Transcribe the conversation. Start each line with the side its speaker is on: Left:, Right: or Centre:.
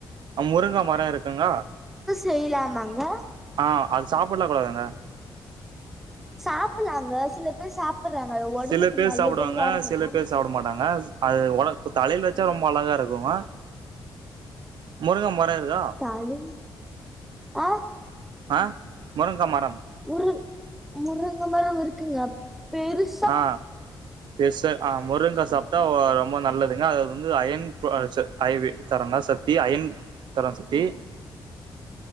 Right: முருங்க மர இருக்குங்கா
Centre: செய்லாமாங்க
Right: ஆ அது சாப்பிட்லா கூடாதுங்க
Centre: சாப்பிலாங்க சில பேர் சாப் அப்புறே அது ஒடம்புக்கு
Right: சில பேர்
Centre: நல்லதுன்
Right: சாப்பிடுவாங்க சில
Centre: தான
Right: பேர் சாப்பிட
Centre: சொன்
Right: மாட்டாங்க அது ஒனக் தலையில வச்சா ரொம்ப அழகா இருக்குங்க முருங்க மர இர்க்கா
Centre: தல ஆ
Right: ஆ முருங்கா மரம்
Centre: முரு முருங்க மரம் இருக்குங்க பெருச்
Right: ஆ பேர்ச அ முருங்கா சாப்டா ஒ ரொம்ப நல்லதுங்க அது வந்து அயன் போ சு ஐவி தரங்க சத்தி அயன் தர சத்தி